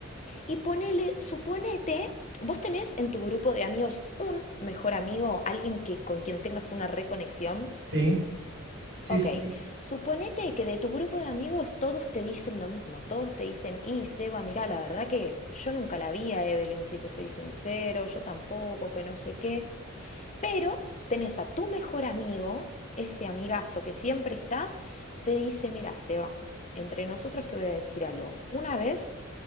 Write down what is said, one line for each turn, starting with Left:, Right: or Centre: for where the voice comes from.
Left: Y ponele, suponete, vos tenés en tu grupo de amigos un mejor amigo, alguien que, con quien tengas una reconexión.
Right: Sí, sí,
Left: Ok,
Right: sí.
Left: suponete que de tu grupo de amigos todos te dicen lo mismo, todos te dicen, y Seba, mirá, la verdad que yo nunca la vi a Evelyn, si te soy sincero, yo tampoco, que no sé qué. Pero tenés a tu mejor amigo, ese amigazo que siempre está, te dice, mira, Seba, entre nosotros te voy a decir algo. Una vez